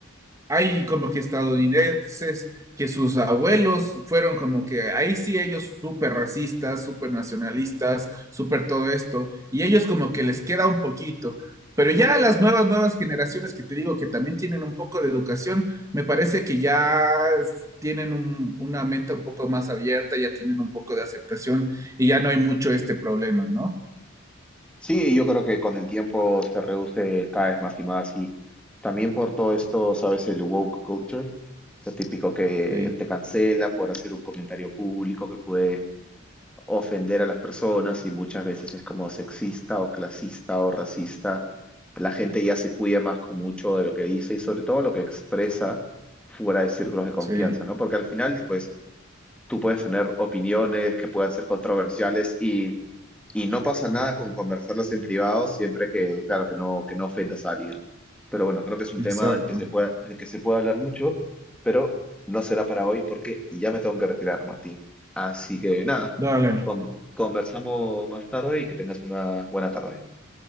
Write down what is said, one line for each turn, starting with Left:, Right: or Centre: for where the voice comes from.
Right: hay como que estadounidenses que sus abuelos fueron como que ahí sí ellos súper racistas, súper nacionalistas, súper todo esto, y ellos como que les queda un poquito. Pero ya las nuevas, nuevas generaciones que te digo que también tienen un poco de educación, me parece que ya es- tienen un- una mente un poco más abierta, ya tienen un poco de aceptación y ya no hay mucho este problema, ¿no?
Centre: Sí, yo creo que con el tiempo se reduce cada vez más y más y también por todo esto, ¿sabes? El woke culture Lo típico que
Right: Sí,
Centre: te cancela por hacer un comentario público que puede ofender a las personas y muchas veces es como sexista o clasista o racista. La gente ya se cuida más con mucho de lo que dice y sobre todo lo que expresa fuera de círculos de confianza,
Right: sí,
Centre: ¿no? Porque al final, pues, tú puedes tener opiniones que puedan ser controversiales y y no pasa nada con conversarlas en privado siempre que, claro, que no, que no ofendas a alguien. Pero bueno, creo que es un
Right: exacto.
Centre: tema del que se pueda, del que se puede hablar mucho, pero no será para hoy porque ya me tengo que retirar, Martín. Así que nada,
Right: Dale.
Centre: con- conversamos más tarde y que tengas una buena tarde.